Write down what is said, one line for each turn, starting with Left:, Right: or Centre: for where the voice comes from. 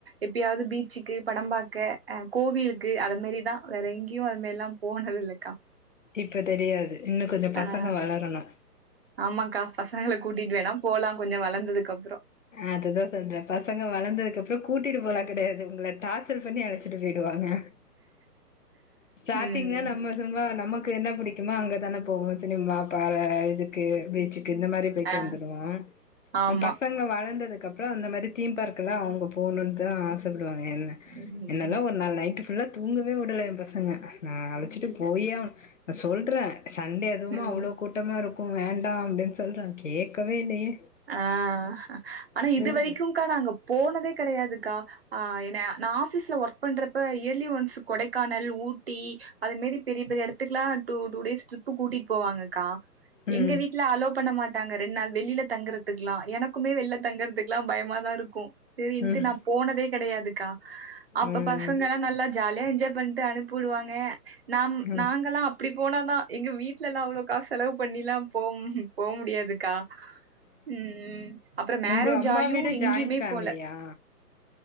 Right: எப்பயாவது பீச்சுக்கு படம் பாக்க அ கோவிலுக்கு அது மாரி தா வேற எங்கேயு அதுமாரில்லா போனது இல்லக்கா
Left: இப்ப தெரியாது இன்னு கொஞ்சோ
Right: ஆஹ்
Left: பசங்க வளரணு
Right: ஆமாக்கா பசங்கள கூட்டிட்டு வேணா போலா கொஞ்ச வள துக்கு அப்
Left: அதுதா சொல்றே பசங்க வளந்ததுக்கு அப்புறோ கூட்டிட்டு போலான் கிடையாது உங்கள டார்ச்சர் பண்ணி அழச்சிட்டு போயிடுவாங்க ஸ்டார்டிங்ல
Right: ம்
Left: நம்ம சும்மா நம்ம கு என்ன பிடிக்குமா அங்கதானே போவோ சினிமா ப இது க்கு பீச்சுக்கு இந்த மாரி போய்ட்டு
Right: ஆ
Left: வந்துடுவோ
Right: ஆமா
Left: பச வளந்ததுகப்றோ அந்த மாரி தீம் பார்க்லா அவுங்க போவுணுன் தா ஆச சொல்லுவாங்க என்ன
Right: ம்
Left: என்னல்லா ஒரு நாள் நைட்டு நல்லா தூங்கவே விடல எம் பச சங்க நா அழச்சிட்டு போயே ஆவ் நா சொல்ட்றே சண்டே அதுவுமா
Right: ம்
Left: அவ்ளோ கூட்டமா இருக் ம் வேண்டா அப்டின் சொல்ட்றே கேக்கவே இல்லயே
Right: ஆஹ் ஆனா இது வரைக்குங்க்கா
Left: இல்ல
Right: நாங்க போனதே கெடயாது க்கா ஆஹ் என்ன நாஸிஸ் ல ஒர்க் பண்றப் ப்ப yearly once Kodaikanal Ooty அது மேரி பெரிய பெரிய எடத்துக்ல்லா டூ டேஸ் ட்ரிப்பு கூடிட் போவாங்க கா
Left: ம்
Right: எங்க வீட்ல அலோ பண்ண மாட் ங்க ரெண் நாள் வெளில தங்றதுக்குலா எனக்குமே வெள்ல தங்றதுக்குலா பயமாதா இருக் கு செரின்ட்டு
Left: ம்
Right: நா போனதே கெடயாதுக்கா அப்ப
Left: ம்
Right: பசங்கல்லா நல்லா ஜாலியா என்ஜாய் வந்ட்டு அனுப்புடுவாங்க நாம்
Left: ம் ம்
Right: நாங்கல்லா அப்டி போனாதா எங்க வீட் வீட்ல எல்லா அவ்ளோ காசு செலவு பண்ணிலா போம் போ முடியாதுக்கா ம் ம் அப்பறோ மேரேஜ்
Left: உங்க அம்மா
Right: ஆயு
Left: வீடு
Right: எங்கியுமே
Left: ஜாயிண்ட் ஃபேமிலியா
Right: போல